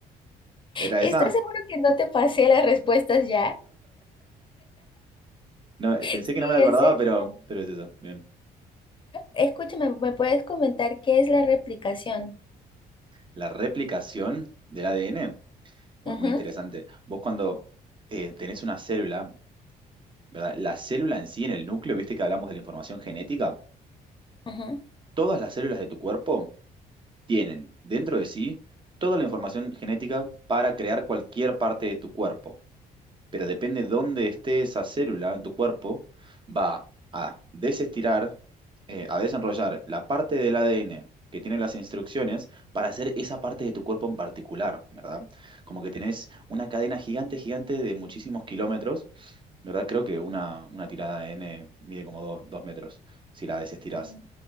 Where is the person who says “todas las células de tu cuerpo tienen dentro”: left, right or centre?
Right